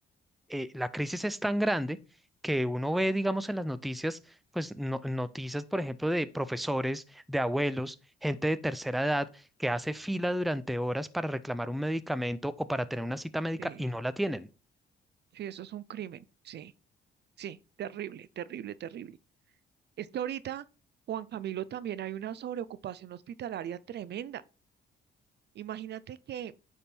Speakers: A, in the centre; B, on the right (about 60°).
A: eh, la crisis es tan grande que uno ve, digamos, en las noticias, pues no- noticias, por ejemplo, de profesores, de abuelos, gente de tercera edad que hace fila durante horas para reclamar un medicamento o para tener una cita médica
B: Sí,
A: y no la tienen.
B: sí, eso es un crimen. Sí, sí, terrible, terrible, terrible. Es que ahorita, Juan Camilo, también hay una sobreocupación hospitalaria tremenda. Imagínate que